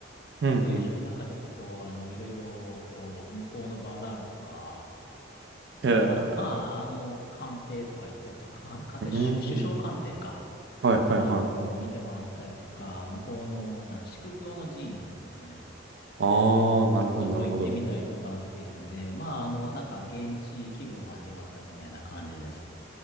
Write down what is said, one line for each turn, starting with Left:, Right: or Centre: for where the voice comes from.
Right: うんうん。
Left: と一緒になんかちょっとこう、あの、いろいろ、こう、向こうのバザールとか、
Right: へえ。
Left: あの、まあ、あの、官邸とか行ったりとか、官官邸、
Right: うん。
Left: 首首相官邸か。
Right: はいはいはいはい。
Left: あの、見て回ったりとか、向こうの、な、宿教の寺院ですね。
Right: ああ、なるほど、
Left: にちょっと行ってみたりとかっていうんで、
Right: なるほど。
Left: まあ、あの、なんか現地気分を味わったみたいな感じです。